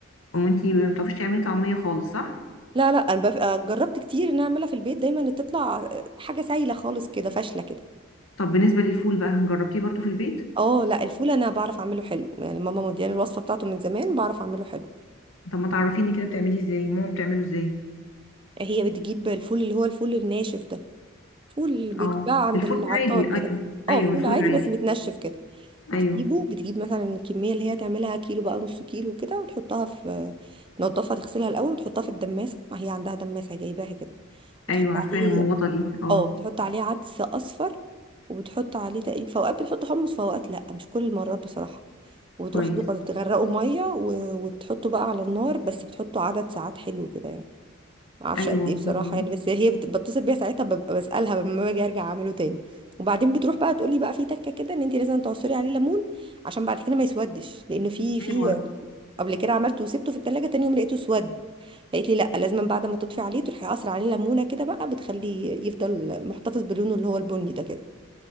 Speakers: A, on the left (about 75°); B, on the right (about 25°).
A: وانت ما بتعرفيش تعملي طعميه خالص صح
B: لا لا انا بف- آه، جربت كتير ان أنا اعملها في البيت دايما تطلع آه، حاجه سايله خالص كده فاشله كده
A: طب بالنسبه للفول بقى جربتيه برضو في البيت
B: اه لا الفول انا بعرف اعمله حلو يعني ماما مدياني الوصفه بتاعته من زمان بعرف اعمله حلو
A: طب ما تعرفيني كده بتعمليه ازاي ماما بتعمله ازاي
B: هي بتجيب الفول اللي هو الفول الناشف ده فول بيتباع
A: اه
B: عند
A: الفول
B: العطار
A: العادي
B: كده
A: ايوه ايوه
B: اه فول
A: الفول
B: عادي
A: العادي
B: بس متنشف كده بتجيبه
A: ايوه
B: بتجيب مثلا الكمية اللي هي تعملها كيلو بقى نص كيلو كده وتحطها في تنضفها تغسلها الأول وتحطها في الدماسة هي عندها دماسة جايباها كده وتحط
A: ايوه عارفه
B: عليه
A: المغطى دي اه
B: اه وتحط عليه عدس أصفر وبتحط عليه تقريبا في أوقات بتحط حمص في أوقات لأ مش كل المرات بصراحة وتروح
A: كويس
B: تغ- تغرقه مية و- وتحطه بقى على النار بس بتحطه عدد ساعات حلو كده يعني ما اعرفش
A: ايوه
B: قد ايه بصراحه
A: هو-
B: يعني بس هي بت- بتصل بيها ساعتها ببقى بسالها لما باجي ارجع اعمله تاني وبعدين بتروح بقى تقول لي بقى في تكه كده ان انت لازم تعصري عليه ليمون عشان بعد كده ما يسودش لانه في في
A: ايوه
B: قبل كده عملته وسبته في التلاجة تاني يوم لقيته اسود فقالت لي لا لازم بعد ما تطفي عليه تروحي قاصره عليه ليمونه كده بقى بتخليه يفضل محتفظ بلونه اللي هو البني ده كده